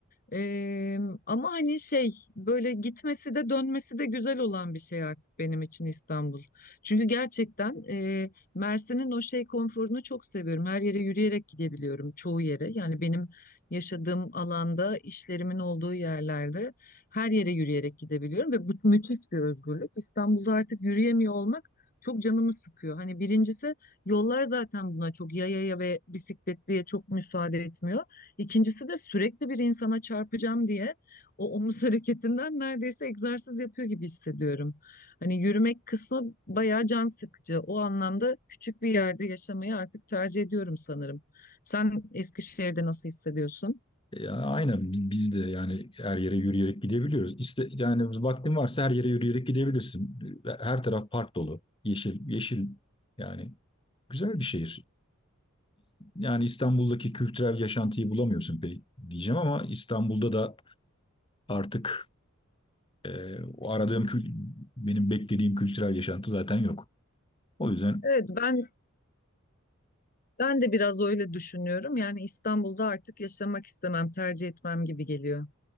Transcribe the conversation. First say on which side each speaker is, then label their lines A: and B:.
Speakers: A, on the left; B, on the left.
A: Eee, ama hani şey böyle gitmesi de dönmesi de güzel olan bir şey artık benim için İstanbul. Çünkü gerçekten eee, Mersin'in o şey konforunu çok seviyorum. Her yere yürüyerek gidebiliyorum çoğu yere. Yani benim yaşadığım alanda işlerimin olduğu yerlerde her yere yürüyerek gidebiliyorum ve bu müthiş bir özgürlük. İstanbul'da artık yürüyemiyor olmak çok canımı sıkıyor. Hani birincisi yollar zaten buna çok yayaya ve bisikletliye çok müsaade etmiyor. İkincisi de sürekli bir insana çarpacağım diye o omuz <laughs> hareketinden neredeyse egzersiz yapıyor gibi hissediyorum. Hani yürümek kısmı bayağı can sıkıcı. O anlamda küçük bir yerde yaşamayı artık tercih ediyorum sanırım. Sen Eskişehir'de nasıl hissediyorsun?
B: Ya aynen bi- biz de yani her yere yürüyerek gidebiliyoruz. İste, yani vaktin varsa her yere yürüyerek gidebilirsin. E, Her taraf park dolu, yeşil, yeşil yani güzel bir şehir. Yani İstanbul'daki kültürel yaşantıyı bulamıyorsun pek diyeceğim ama İstanbul'da da artık e, o aradığım benim beklediğim kültürel yaşantı zaten yok. O yüzden
A: Evet ben ben de biraz öyle düşünüyorum. Yani İstanbul'da artık yaşamak istemem, tercih etmem gibi geliyor.